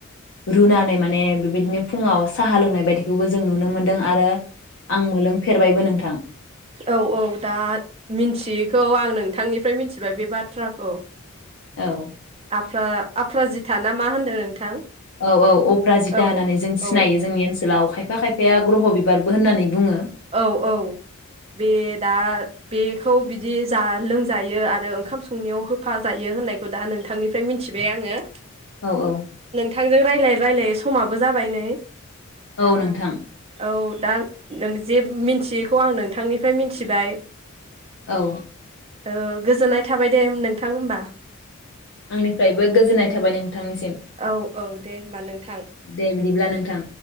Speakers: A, on the left (about 60°); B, on the right (about 30°).
A: रुनानै माने बेबायदिनो फुङाव साहा लोंनाय बायदि बेवबो जों नुनो मोन दों आरो आं मोलों फेरबायबो नोंथां।
B: औ औ दा मिन्थियैखौ आं नोंथांनिफ्राय मिथिबाय बे बाथ्राखौ।
A: औ
B: आफ्रा-आफ्रा जिथा ना मा होन्दों नोंथां।
A: औ औ अप्रा जिता
B: औ
A: होननानै जों सिनायो
B: औ
A: जोंनि ओनसोलाव। खायफा खायफाया ग्रह बिबारबो होननानै बुङो‌ ।
B: औ औ बे दा बेखौ बिदि जा लोंजायो आरो ओंखाम संनायाव होफा जायो होननायखौ दा नोंथांनिफ्राय मिथिबाय आंङो ।
A: औ औ
B: थांजों रायलाय रायलायै समाबो जाबाय नै ।
A: औ
B: दा
A: नोंथां
B: औ दा नों जे मिन्थियैखौ आं नोंथांनिफ्राय मिथिबाय।
A: औ।
B: ओ गोजोननाय थाबाय दे नोंथां होमबा ।
A: आंनिफ्रायबो गोजोननाय थाबाय नोंथांनिसिम
B: औ औ दे होमबा नोंथां
A: दे बिदिब्ला नोंथां।